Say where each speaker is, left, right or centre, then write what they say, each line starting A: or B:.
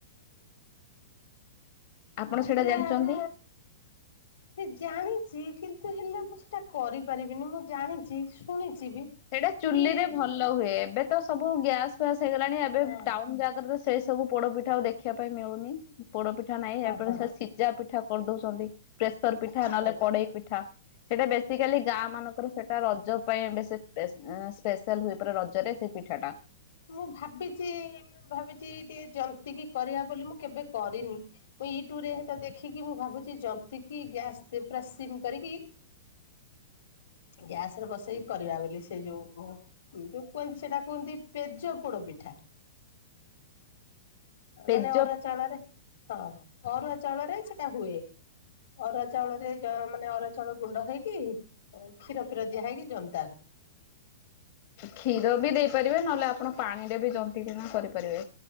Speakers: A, on the left; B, on the left.
A: <unintelligible>
B: ଆପଣ
A: ହଁ
B: ସେଇଟା
A: ପୁରା
B: ଜାଣିଛନ୍ତି?
A: ସେ ଜାଣିଛି କିନ୍ତୁ ହେଲେ ମୁଁ ସେଇଟା କରିପାରିବିନି ମୁଁ ଜାଣିଛି ଶୁଣିଛି। ବି
B: ସେଇଟା ଚୁଲି
A: ବି
B: ରେ ଭଲ ହୁଏ ଏବେ ତ ସବୁ ଗ୍ୟାସ ଫ୍ୟାସ୍ ହେଇଗଲାଣି ଏବେ
A: ହଁ
B: ଟାଉନ ଜାଗ ସେଇ ସବୁ ପୋଡ଼ପିଠା ଆଉ ଦେଖିବା ପାଇଁ ମିଳୁନି ପୋଡ଼ପିଠା ନାହିଁ ଏବେ
A: ହଁ
B: ସେ ସିଝା ପିଠା କରିଦଉଛନ୍ତି। ପ୍ରେସର ପିଠା ନହେଲେ
A: ହଁ।
B: କଡ଼େଇ ପିଠା। ସେଇଟା ବେସିକାଲି ଗାଁ ମାନଙ୍କର ସେଟା ରଜ ପାଇଁ ବେଶୀ ସ୍ପେଶାଲ୍ ସ୍ପେଶାଲ୍ ହୁଏ ପୁରା ରଜରେ ସେ ପିଠାଟା
A: ମୁଁ ଭାବିଛି ଭାବିଛି ଟିକେ ଜନ୍ତିକି କରିବା ବୋଲି ମୁଁ କେବେ କରିନି ମୁଁ ୟୁଟ୍ୟୁବ ରେତ ଦେଖିକି ମୁଁ ଭାବୁଛି ଯନ୍ତିକି କି ଗ୍ୟାସ୍ ରେ ପୁରା ସିନ୍ କରିକି ଗ୍ୟାସ ରେ ବସେଇକି କରିବା ବୋଲି ସେ ଯୋଉ ଯୋଉ କୁହନ୍ତି ସେଟା କୁହନ୍ତି ପେଜ ପୋଡ଼ ପିଠା
B: ପେଜ
A: ମାନେ ଅରୁଆ ଚାଉଳରେ ହଁ ଅରୁଆ ଚାଉଳରେ ସେଟା ହୁଏ। ଅରୁଆ ଚାଉଳ ରେ ମାନେ ଅରୁ ଚାଉଳ ଗୁଣ୍ଡ ହେଇକି କ୍ଷୀର ଫିର ଦିଆ ହେଇକି ଯନ୍ତ୍
B: କ୍ଷୀର ବି ଦେଇ ପାରିବେ ନହେଲେ ଆପଣ ପାଣି ରେ ବି ଜନ୍ତିକିନା କରିପାରିବେ।